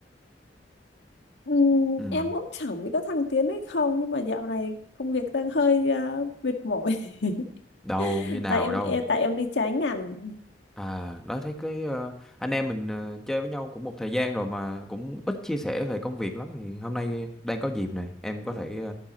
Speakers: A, on the left (about 85°); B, in the centre.
A: Ừm,
B: Ừ,
A: em cũng chẳng biết có thăng tiến hay không nhưng mà dạo này công việc đang hơi à, mệt mỏi.
B: đâu
A: <laughs>
B: như nào
A: tại em
B: đâu.
A: tại em đi trái ngành.
B: À, đó thấy cái ờ, anh em mình ờ, chơi với nhau cũng một thời gian rồi mà cũng ít chia sẻ về công việc lắm thì hôm nay đang có dịp này, em có thể ờ,